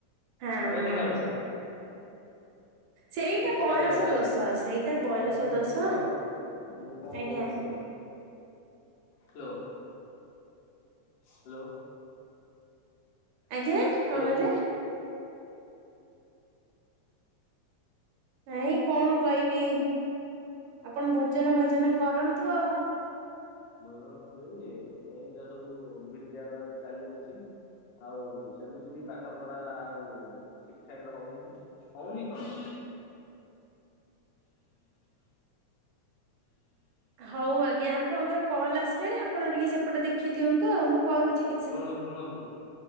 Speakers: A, on the right (about 85°); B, on the left (about 80°).
A: ହଁ-ହଁ।
B: ତମେ ଏତେ କାଢୁଆ
A: ସେଇଟା
B: ବେକାରିଆ
A: ବୟସ
B: କଥା।
A: ଦୋଷ ସେଇଟା ବୟସ
B: ମୁଁ
A: ଦୋଷ
B: କଣ
A: ଆଜ୍ଞା
B: କହୁଚି ଶୁଣ। ହାଲୋ। ହାଲୋ।
A: ଆଜ୍ଞା
B: ହାଲୋ।
A: କଣ କହିଲେ ନାଇଁ କଣ କହିବି ଆପଣ ଭୋଜନ୍ ଭାଜନ୍ କରନ୍ତୁ ଆଉ।
B: ଭୋଜନ୍ କରିବି ଏମ୍ତିଆ ସବୁ ବିଦ୍ୟାଳୟରେ ଚାଲି ଅଛି। ଆଉ ସେମିତି ବି ପାଠ ପଢା ଆଉ ଠିକ୍ ଠାକ୍ ରେ ହଉନି। ହଉନି କଣ।
A: ହଉ ଆଜ୍ଞା ଆପଣଙ୍କର କଲ୍ ଆସିଲାଣି ଆପଣ ଟିକେ ସେପଟେ ଦେଖି ଦିଅନ୍ତୁ ଆଉ ମୁଁ କରୁଚି
B: ଶୁଣ ଶୁଣନ୍ତୁ